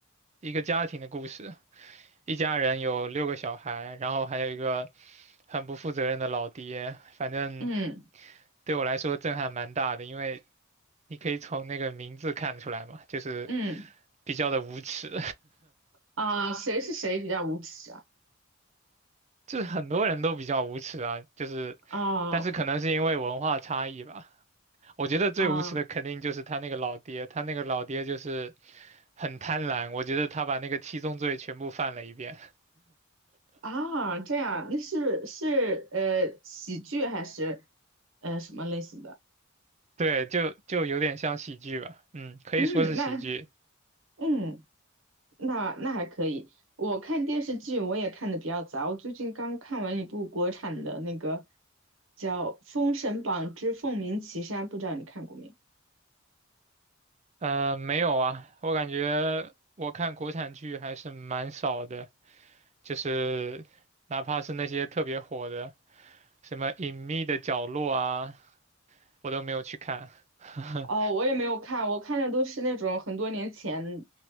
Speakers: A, on the right; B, on the right.
A: 一个家庭的故事。一家人有六个小孩，然后还有一个很不负责任的老爹，反正
B: 嗯
A: 对我来说震撼蛮大的，因为你可以从那个名字看出来嘛，就是
B: 嗯，
A: 比较的无耻，
B: 啊、谁是谁比较无耻啊？
A: <laughs> 就是很多人都比较无耻啊，就是
B: 啊
A: 但是可能是因为文化差异吧，我觉得最无耻的肯定就是他那个老爹，
B: 啊
A: 他那个老爹就是很贪婪，我觉得他把那个七宗罪全部犯了一遍。
B: 啊，这样，那是是呃喜剧还是呃什么类型的？
A: 对，就就有点像喜剧吧，嗯，可以说是喜剧。
B: 嗯，那嗯那那还可以。我看电视剧我也看的比较杂，我最近刚看完一部国产的那个叫《封神榜之凤鸣岐山》，不知道你看过没？
A: 呃，没有啊，我感觉我看国产剧还是蛮少的，就是哪怕是那些特别火的，什么《隐秘的角落》啊，我都没有去看。<laughs>
B: 哦，我也没有看，我看的都是那种很多年前